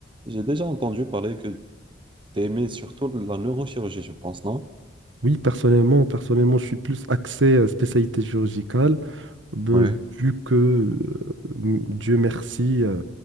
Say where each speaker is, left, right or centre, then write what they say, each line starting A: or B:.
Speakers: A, on the right; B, on the right.
A: j'ai déjà entendu parler que tu aimais surtout la neurochirurgie, je pense, non?
B: Oui, personnellement, personnellement, je suis plus axé euh, spécialité chirurgicale, euh,
A: Ouais.
B: vu que, euh, m- Dieu merci, euh,